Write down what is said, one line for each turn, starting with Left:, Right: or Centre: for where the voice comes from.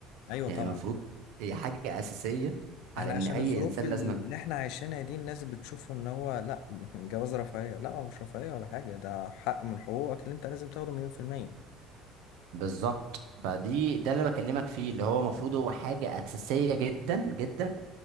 Left: ايوه
Right: يعني
Left: طبعا
Right: المفروض هي حاجه اساسيه على
Left: احنا
Right: ان
Left: عشان
Right: اي
Left: الظروف
Right: انسان
Left: اللي
Right: لازم
Left: احنا عايشينها دي الناس بتشوف ان هو لا <laughs> جواز رفاهية لا هو مش رفاهية ولا حاجة ده حق من حقوقك اللي انت لازم تاخده مليون في المية
Right: بالظبط فدي ده اللي بكلمك فيه اللي هو المفروض هو حاجة أساسية جدا جدا